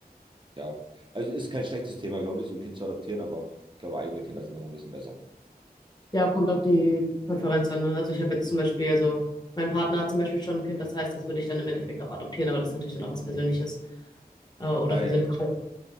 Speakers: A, on the right (about 30°); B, on the left (about 25°).
A: Ja, also ist kein schlechtes Thema, glaube ich, so ein Kind zu adoptieren, aber ich glaube, eigene Kinder sind noch ein bisschen besser.
B: Ja, kommt auf die Konferenz an. Ne? Also ich habe jetzt zum Beispiel, also mein Partner hat zum Beispiel schon ein Kind, das heißt, das würde ich dann im Endeffekt auch adoptieren, aber das ist natürlich dann auch was Persönliches äh, oder
A: Ah,
B: persönliches
A: ja.